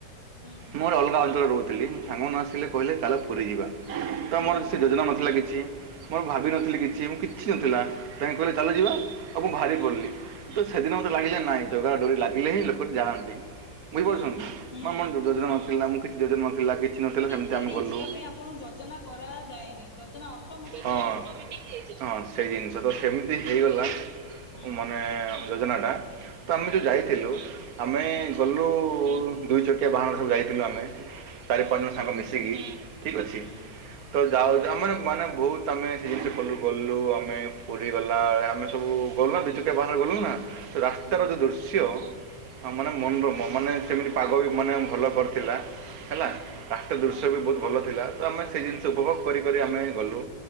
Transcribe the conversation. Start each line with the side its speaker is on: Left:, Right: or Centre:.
Left: ହୁଁ ହୁଁ
Right: ମୋର ଅଲଗା ଅଚ ରହୁ ସାଙ୍ଗ ନ ଆସିଲେ କହିଲେ ଚାଲ ପୁରି ଯିବା ତ
Left: ହୁଁ
Right: ମୋର ଯୋଜନା ନଥିଲା କିଛି। ମୁଁ ଭାବିିନଥିଲି କିଛି ମୁଁ କିଛି ନଥିଲା ତମ କହିଲେ ଚାଲ ଯିବା। ଆଉ ଭାରି
Left: ହୁଁ
Right: ପଡିଲି ତ ସେଦିନ ମତେ ଲାଗିଲେ ନାଇଁ ଜଗା ଡୋରି ଲାଗିଲେ ହିଁ ଲୋକ ଜାଣନ୍ତି। ବୁଝିପାରୁଚନ୍ତି
Left: ହୁଁ ହୁଁ
Right: ମ ମର ଯୋ ଯୋଜନା ନଥିଲା ମୁଁ କିଛି ଯୋଜନା ପିଲା କିଛି ନଥିଲା ସେମିତି
Left: ସେଇଠି
Right: ଆମେ ଗଲୁ
Left: ଯିବା ପାଇଁ ଆପଣ ଯୋଜନା କରାଯାଏନି ଯୋଜନା ଅଟୋମେଟିକ
Right: ହଁ।
Left: ହେଇଯାଏ।
Right: ହଁ ସେଇ ଜିନିଷ ତ ସେମିତି ହେଇଗଲା
Left: ହୁଁ
Right: ମାନେ ଯୋଜନା ଟା ତ ଆମେ
Left: ହୁଁ
Right: ଯେଉଁ ଯାଇଥିଲୁ ଆମେ
Left: ହୁଁ
Right: ଗଲୁ ଦୁଇ ଚକିଆ ବାହାନରେ ସବୁ ଯାଇଥିଲୁ ଆମେ। ଚାରି
Left: ହୁଁ
Right: ପାଞ୍ଚ ଜଣ ସାଙ୍ଗ ମିଶିକି ଠିକ୍ ଅଛି।
Left: ହୁଁ
Right: ତ ଯାଉ ଆମେ ମାନେ ବହୁତ ଆମେ ସେ ଜିନିଷ କଲି କଲୁ ଆମେ ପୁରୀ ଗଲା ଆମେ ସବୁ ଗୋଲ ନା ଦି ତିନ ଟା କେ ବାହାନରେ ଗଲ ନା ତ
Left: ହୁଁ
Right: ପ୍ରକାରର ଯଉଁ ଦୃଶ୍ୟ ମାନେ ମନୋରମ ମାନେ ସେମିତି ପାଗ ବି ମାନେ ଭଲ କରିଥିଲା। ହେଲା
Left: ହୁଁ
Right: ରାସ୍ତା ର ଦୃଶ୍ୟ ବି ବହୁତ ଭଲ ଥିଲା ତ ଆମେ ସେ ଜିନିଷ
Left: ହୁଁ
Right: ଉପଭୋଗ କରି କରି ଆମେ ଗଲୁ।